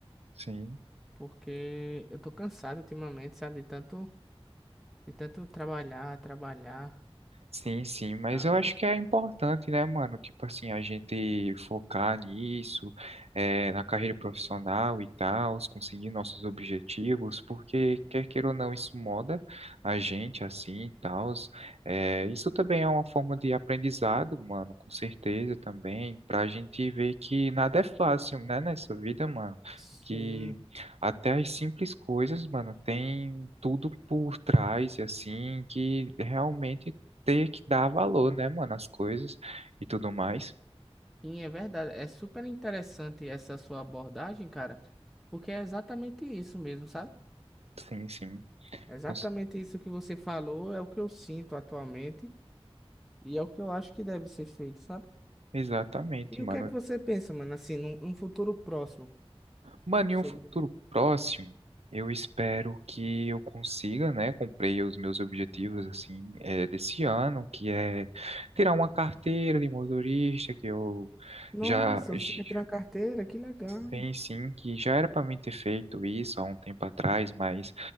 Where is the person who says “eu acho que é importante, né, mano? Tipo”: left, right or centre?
Right